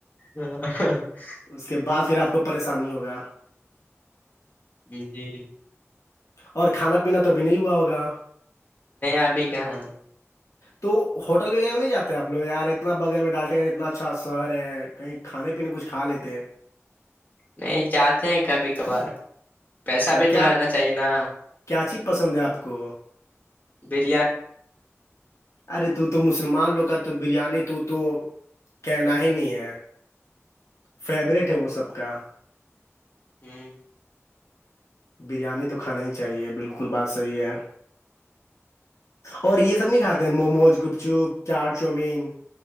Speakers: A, on the left (about 35°); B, on the left (about 70°).
A: ہ <inaudible>
B: اس کے بعد پھر آپ کو پریشانی ہوگا
A: جی
B: اور کھانا پینا تو بھی نہیں ہوا ہوگا
A: ابھی کہاں
B: تو ہوٹل وغیرہ میں نہیں جاتے آ لوگ یار اتنا بغل میں ڈالٹ گ اتنا اچھا سر ہے کہیں کھانے پہ اپ کچھ کھا لیتے ہیں
A: نہیں جاتے ہیں کبھی کبھار پیسہ
B: اچھا
A: بھی
B: کیا
A: تو رہنا چاہیے نا
B: کیا چیز پسند ہے آپ کو
A: بریانی
B: ارے تو تو مسلمان لوگ کا تو بریانی تو تو کہنا ہی نہیں ہے فیورورٹ ہے وہ سب کا
A: ہی
B: بریانی تو کھانا ہی چاہیے بالکل بات صحیح ہے اور یہ سب نہیں کھاتے ہیں موموز گپ چپ چاٹ چاؤومین